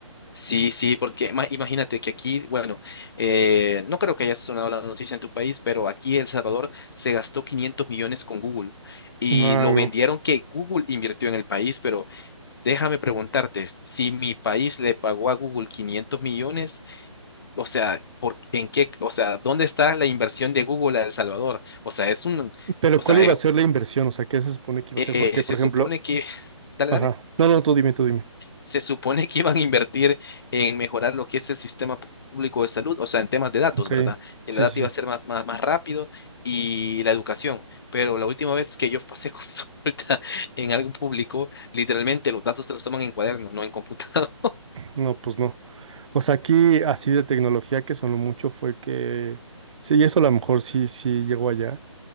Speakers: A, on the left (about 45°); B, on the right (about 70°).
A: Sí, sí, porque ima- imagínate que aquí, bueno, eh, no creo que haya sonado la noticia en tu país, pero aquí El Salvador se gastó 500 millones con Google y
B: Ah,
A: lo
B: no.
A: vendieron que Google invirtió en el país, pero déjame preguntarte, si mi país le pagó a Google 500 millones, o sea, ¿por, en qué, o sea, dónde está la inversión de Google a El Salvador? O sea, es un,
B: Pero
A: o sea,
B: ¿cuál iba
A: eh,
B: a ser la inversión? O sea, ¿qué se supone que iba
A: eh,
B: a ser? Porque,
A: se
B: por
A: supone
B: ejemplo,
A: que, <laughs> dale,
B: ajá.
A: dale.
B: No, no, tú dime, tú dime.
A: se supone que iban a invertir en mejorar lo que es el sistema público de salud, o sea, en temas de datos,
B: Ok.
A: ¿verdad? Que
B: Sí,
A: la data
B: sí,
A: iba a
B: sí.
A: ser más, más, más rápido y la educación. Pero la última vez que yo pasé <laughs> consulta en algo público, literalmente los datos se los toman en cuaderno, no en computador,
B: No, pues no. O sea, aquí así de tecnología que sonó mucho fue que, sí, y eso a lo mejor sí, sí llegó allá,